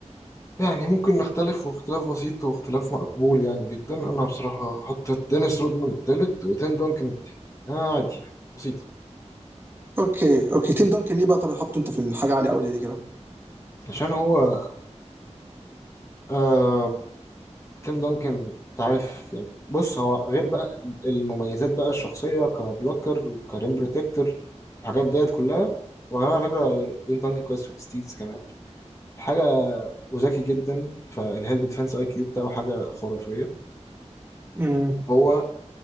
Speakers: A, on the left; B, on the right.
A: يعني ممكن نختلف واختلاف بسيط واختلاف مقبول يعني جدا انا بصراحه حطيت دينيس رودمان التالت وتيم دانكن التاني آه عادي يعني، بسيطه
B: اوكي اوكي تيم دانكن ليه بقى طب حطه انت في الحاجه عاليه قوي زي دي كده
A: عشان هو آه تيم دانكن تعرف يعني بص هو غير بقى المميزات بقى الشخصية كبلوكر وكريم بروتكتور الحاجات ديت كلها وكمان على فكرة تيم دانكن كويس في الستيلز كمان الحاجة وذكي جدا فالهيلب ديفense اي كيو بتاعه حاجة خرافية
B: امم
A: هو